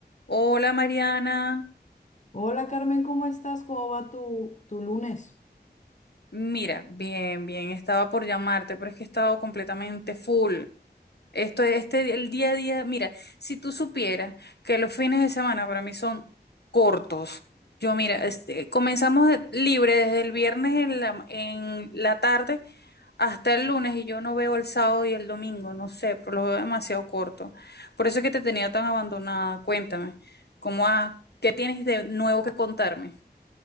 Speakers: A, on the left (about 70°); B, on the left (about 45°).
A: Hola Mariana,
B: Hola Carmen, ¿cómo estás? ¿Cómo va tu, tu lunes?
A: mira, bien, bien, estaba por llamarte, pero es que he estado completamente full. Esto, este, el día a día, mira, si tú supieras que los fines de semana para mí son cortos. Yo, mira, este, comenzamos de- libre desde el viernes en la, en la tarde hasta el lunes y yo no veo el sábado y el domingo, no sé, pero lo veo demasiado corto. Por eso es que te tenía tan abandonada. Cuéntame, ¿cómo ha- qué tienes de nuevo que contarme?